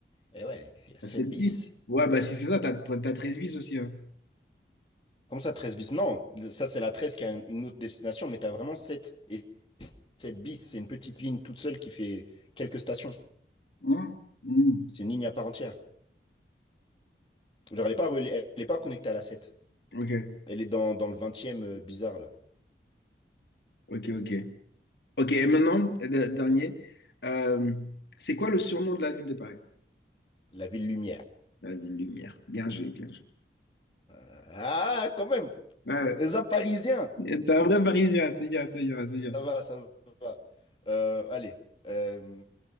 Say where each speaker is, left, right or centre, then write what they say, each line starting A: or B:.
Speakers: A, on the left; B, on the left.
A: Et ouais, il y a 7
B: la 7
A: bis.
B: bis? Ouais, bah si c'est ça, t'as t'as- t'as 13 bis aussi. hein.
A: Comme ça, 13 bis. Non, ça, c'est la 13 qui a une une autre destination, mais tu as vraiment sept et sept bis. C'est une petite ligne toute seule qui fait quelques stations.
B: Hein Hmm.
A: C'est une ligne à part entière. Genre, elle n'est pas, reliée- elle elle est pas connectée à la sept
B: Ok,
A: Elle est dans, dans le vingtième euh, bizarre, là.
B: ok, ok. Ok, et maintenant, euh, de- dernier, euh, c'est quoi le surnom de la ville de Paris?
A: La ville Lumière.
B: La ville lumière. Bien joué, bien joué.
A: Ah, quand même!
B: Ouais,
A: Les Parisiens!
B: t'es un vrai Parisien, c'est bien, c'est bien, c'est bien.
A: Ça va, ça va. Euh, allez. Euh,